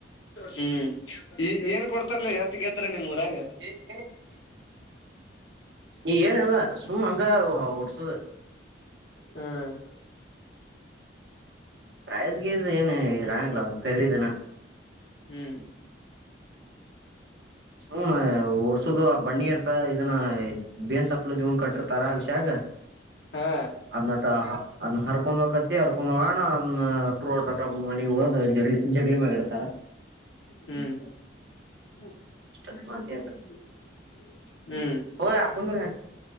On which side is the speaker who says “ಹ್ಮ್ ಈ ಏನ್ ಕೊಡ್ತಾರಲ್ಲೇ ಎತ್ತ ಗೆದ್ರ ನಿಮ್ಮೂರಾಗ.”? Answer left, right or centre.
Left